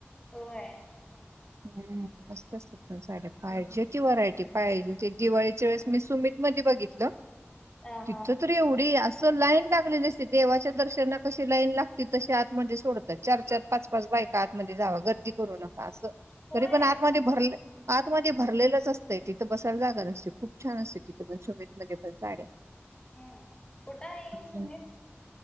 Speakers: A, on the left (about 20°); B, on the right (about 80°).
A: होय
B: हम्म असस् अस सा
A: हम्म
B: पायजित
A: हम्म.
B: पाहिजे ते दिवाळीच्या वेळेस मी सुमित मध्ये बघितलं
A: अ
B: तिथ
A: हा
B: तरी एवढी अस स लाईन लागलेली असते देवाच्या दर्शना कशी लाईन लागते तशी आतमध्ये सोडतात चार चार पाच पाच बायका आतमध्ये जावा गर्दी करू नका असं
A: होय
B: तरी पण आत मा ज भरलं आतमध्येध्ये भरलेलं असतं तिथं बसायला जागा नसते खूप छान असते तिथ पण सुोमत मध्ये पण साड्या
A: हम्म कुठं आहे
B: हम्म
A: सुमित